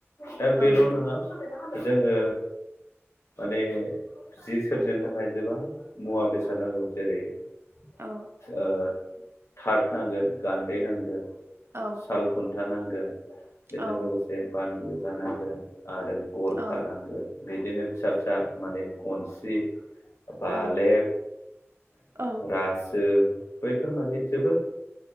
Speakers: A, on the left; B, on the right.
A: दा बेल'
B: औ नंगौ
A: नङा जोङो माने जि सोरजिनो थाखाय जोङो गोबां मुवा बेसाद नांगौ जेरै ओ
B: औ
A: थाथ नांगोन गान्दै नांगोन
B: औ
A: साल खुन्था नांगोन बेजों
B: औ
A: लोगोसे बानबो जानांगोन आरो गरखा
B: औ
A: नांगोन बिदिनो फिसा फिसा माने गनस्रि बालेब
B: औ औ
A: रासो बैफोर माने जोबोद